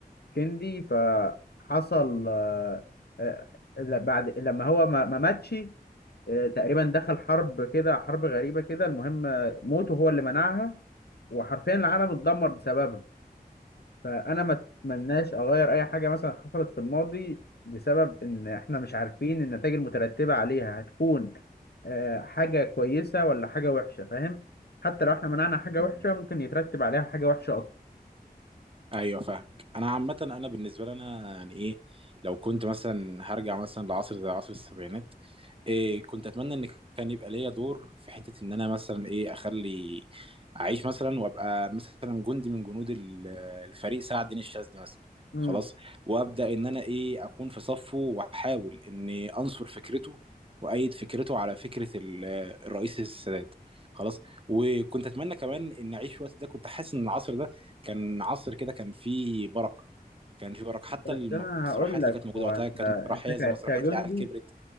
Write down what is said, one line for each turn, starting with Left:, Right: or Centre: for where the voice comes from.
Left: كيندي فحصل آه، آه، بعد لما هو ما ما ماتش آه، تقريبا دخل حرب كده حرب غريبة كده المهم آه، موته هو اللي منعها وحرفيا العالم اتدمر بسببها فأنا ما أتمناش أغير أي حاجة مثلا حصلت في الماضي بسبب إن إحنا مش عارفين النتائج المترتبة عليها هتكون آه، حاجة كويسة ولا حاجة وحشة فاهم حتى لو إحنا منعنا حاجة
Right: امم،
Left: وحشة ممكن يترتب عليها حاجة وحشة أكتر
Right: ايوه فاهمك انا عامه انا بالنسبه لي انا يعني ايه لو كنت مثلا هرجع مثلا لعصر زي عصر السبعينات إيه كنت اتمنى ان كان يبقى ليا دور في حته ان انا مثلا ايه اخلي اعيش مثلا وابقى مثلا جندي من جنود ال- الفريق سعد دين الشاذلي مثلا
Left: مم.
Right: خلاص وابدا ان انا ايه اكون في صفه واحاول اني انصر فكرته وايد فكرته على فكره ال- الرئيس السادات خلاص وكنت اتمنى كمان ان اعيش في الوقت ده كنت حاسس ان العصر ده كان عصر كده كان فيه بركه كان فيه بركه حتى
Left: بس
Right: المسرحيات
Left: أنا هقول لك
Right: اللي كانت موجوده
Left: هو
Right: وقتها
Left: أنت
Right: كانت
Left: أنت
Right: مسرحيه
Left: ك-
Right: زي مسرحيه
Left: كجندي
Right: العيال كبرت